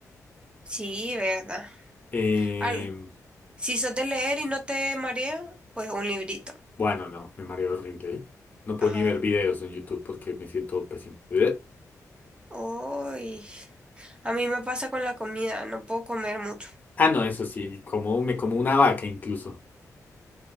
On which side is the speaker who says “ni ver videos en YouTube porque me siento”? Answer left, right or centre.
Left